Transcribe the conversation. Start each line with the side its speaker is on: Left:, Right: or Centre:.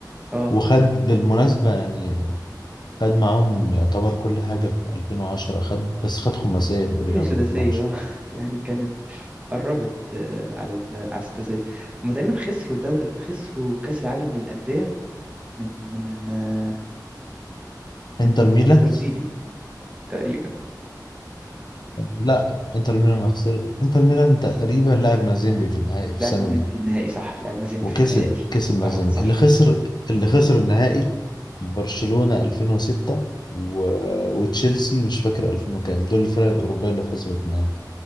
Right: اه
Left: وخد
Right: وجبهه
Left: بالمناسبه يعني خد معاهم يعتبر كل حاجه في 2010 خد بس خد خماسيه تقريبا في
Right: سداسيه
Left: 2010
Right: اه <laughs> يعني كانت قربت آه، على ال... على السداسيه هم تقريبا خسروا دوري خسروا كاس العالم للانديه من من آه،
Left: انتر
Right: من من
Left: ميلان
Right: فريق برازيلي تقريبا
Left: لا انتر ميلان ما خسر انتر ميلان تقريبا لعب مازيمبي في النهائي في
Right: لعب
Left: السنه
Right: مازيمبي
Left: دي
Right: في النهائي صح لعب مازيمبي
Left: وكسب
Right: في النهائي
Left: كسب مازيمبي
Right: صح صح
Left: اللي خسر اللي خسر النهائي برشلونة 2006 و... وتشيلسي مش فاكر 2000 وكام دول الفرق الأوروبية اللي خسرت النهائي